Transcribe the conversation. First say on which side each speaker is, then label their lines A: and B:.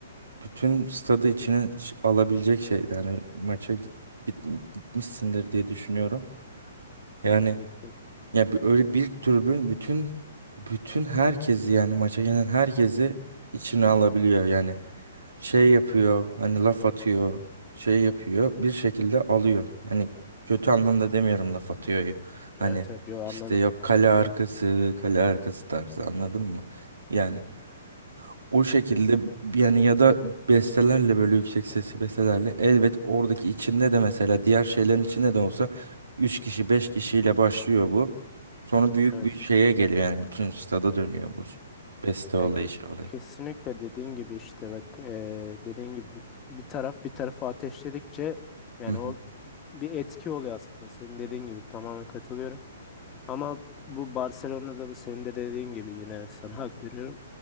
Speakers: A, on the right (about 80°); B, on the left (about 25°).
A: bütün stadı içine ç- alabilecek şey yani maça git, git- gitmişsindir diye düşünüyorum. Yani
B: Gittim.
A: ya bir, öyle bir tribün bütün bütün herkesi yani maça gelen herkesi içine alabiliyor yani şey yapıyor hani laf atıyor şey yapıyor bir şekilde alıyor. Yani kötü anlamda demiyorum laf atıyor hani
B: Evet evet yo anladım.
A: işte yok kale arkası kale arkası tarzı anladın mı? Yani o şekilde yani ya da bestelerle böyle yüksek sesli bestelerle elbet oradaki içinde de mesela diğer şeylerin içinde de olsa 3 kişi 5 kişiyle başlıyor bu. Sonra büyük
B: Evet.
A: bir şeye geliyor yani bütün stada dönüyor bu beste olayı
B: Ya ke-
A: şey olayı.
B: kesinlikle dediğin gibi işte bak eee dediğin gibi bir taraf bir tarafı ateşledikçe yani
A: Hı hı.
B: o bir etki oluyor aslında senin dediğin gibi tamamen katılıyorum. Ama bu Barcelona'da da senin de dediğin gibi yine sana hak veriyorum.